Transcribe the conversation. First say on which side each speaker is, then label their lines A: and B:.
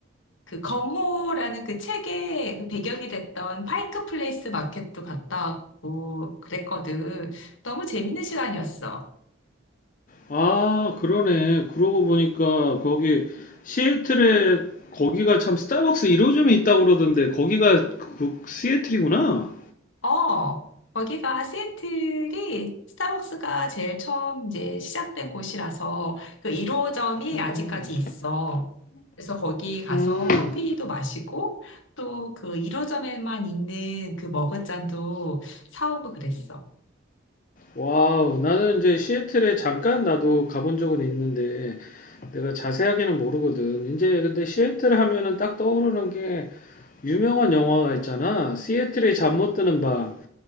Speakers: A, on the left; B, on the left.
A: 그 경호라는 그 책의 그 배경이 됐던 파이크 플레이스 마켓도 갔다 왔고, 그랬거든. 너무 재밌는 시간이었어.
B: 아, 그러네. 그러고 보니까 거기 시애틀에 거기가 참 스타벅스 1호점이 있다고 그러던데 거기가 그 시애틀이구나.
A: 어, 거기가 시애틀이 스타벅스가 제일 처음 이제 시작된 곳이라서 그 1호점이
B: 음,
A: 아직까지 있어. 그래서 거기 가서
B: 음,
A: 커피도 마시고 또 그 1호점에만 있는 그 머그잔도 사오고 그랬어.
B: 와우. 나는 이제 시애틀에 잠깐 나도 가본 적은 있는데 내가 자세하게는 모르거든. 이제 근데 시애틀 하면은 딱 떠오르는 게 유명한 영화가 있잖아. 시애틀의 잠 못 드는 밤.